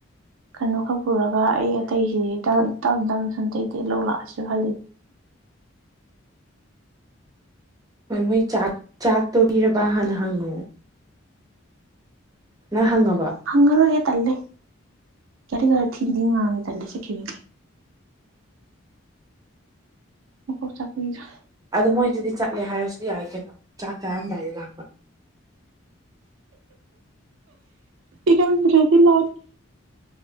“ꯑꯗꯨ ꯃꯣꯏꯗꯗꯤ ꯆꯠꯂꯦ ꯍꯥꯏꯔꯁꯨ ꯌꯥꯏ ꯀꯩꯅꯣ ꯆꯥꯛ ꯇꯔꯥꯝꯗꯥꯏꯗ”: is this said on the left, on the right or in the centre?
Right